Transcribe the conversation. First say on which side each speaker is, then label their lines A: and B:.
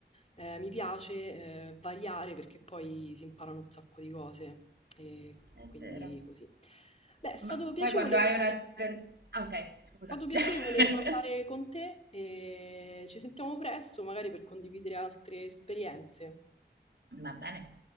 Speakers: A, on the left; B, on the right.
A: eh, mi piace eh, variare perché poi si imparano un sacco di cose. E
B: è
A: quindi
B: vero.
A: così. Beh, è stato
B: Ma
A: piacevole
B: poi quando hai
A: parlare,
B: una...
A: è
B: ten- Ah, ok, scusa.
A: stato piacevole
B: <laughs>
A: parlare con te e ci sentiamo presto, magari per condividere altre esperienze.
B: Va bene,